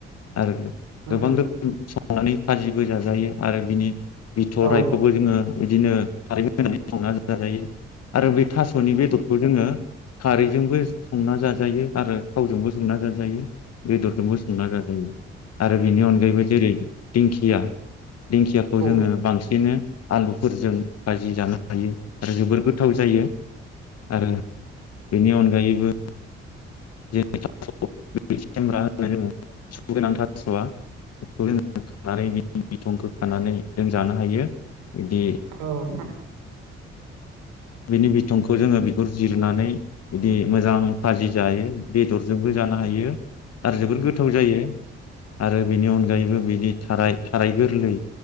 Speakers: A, on the left; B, on the right.
A: आरो
B: नंगौ
A: गोबां रोखोम नानै फाजिबो जाजायो आरो बिनि बिथ'राइखौबो
B: औ
A: जोङो बिदिनो खारै होनानै संनानै जाजायो आरो बे थास'नि बेदर खारैजोंबो संना जाजायो आरो थावजोंबो संना जाजायो। बेदरजोंबो संना जाजायो। आरो बेनि अनगायैबो जेरै दिंखिया दिंखियाखौ
B: औ
A: जोङो बांसिनै आलुफोरजों बाजि जानो हायो आरो जोबोर गोथाव जायो। आरो बेनि अनगायैबो <unintelligible> <unintelligible> थास'आ बिथं गोनांखौ खानानै बिनि बिथंखौ खानानै जों जानो हायो।
B: औ
A: बिदि बिनि बिथंखौ जोङो - बिगुर जिरनानै बिदि मोजां फाजि जायो बेदरजोंबो जानो हायो आरो जोबोद गोथाव जायो। आरो बिनि अनगायैबो बिनि थाराय थाराय गोरलै